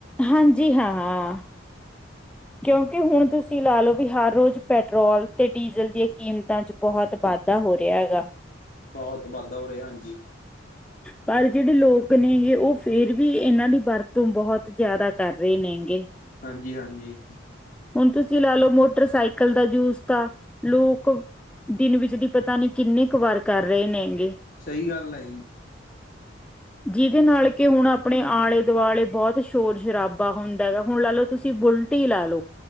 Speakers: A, in the centre; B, on the left.
A: ਹਾਂਜੀ, ਹਾਂ-ਹਾਂ। ਕਿਉਂਕਿ ਹੁਣ ਤੁਸੀਂ ਲਾ ਲਓ ਵੀ ਹਰ ਰੋਜ਼ ਪੈਟਰੋਲ ਤੇ ਡੀਜ਼ਲ ਦੀਆਂ ਕੀਮਤ ਤਾਂ ਚ ਬੋਹਤ ਵਾਧਾ ਹੋ ਰਿਹਾ ਹੈਗਾ।
B: ਬਹੁਤ ਵਾਧਾ ਹੋ ਰਿਹਾ ਹਾਂਜੀ
A: ਪਰ ਜਿਹੜੇ ਲੋਕ ਨੇਗੇ ਉਹ ਫੇਰ ਵੀ ਇਹਨਾਂ ਦੀ ਵਰਤੋਂ ਬਹੁਤ ਜ਼ਿਆਦਾ ਕਰ ਰਹੇ ਨੇਗੇ।
B: ਹਾਂਜੀ-ਹਾਂਜੀ।
A: ਹੁਣ ਤੁਸੀ ਲਾ ਲੋ ਮੋਟਰਸਾਈਕਲ ਦਾ ਯੂਜ ਤਾਂ ਲੋਕ ਦਿਨ ਵਿੱਚ ਦੀ ਪਤਾ ਨਹੀਂ ਕਿੰਨੀ ਕੁ ਵਾਰ ਕਰ ਰਹੇ ਨੇਗੇ।
B: ਸਹੀ ਗੱਲ ਏ ਈ।
A: ਜਿਹਦੇ ਨਾਲ ਕਿ ਹੁਣ ਆਪਣੇ ਆਲੇ ਦੁਆਲੇ ਬੋਹਤ ਸ਼ੋਰ ਸ਼ਰਾਬਾ ਹੁੰਦਾ ਹੈਗਾ ਹੁਣ ਲਾ ਲਓ ਤੁਸੀਂ ਬੁਲ ਤੀ ਲਾ ਲੋ।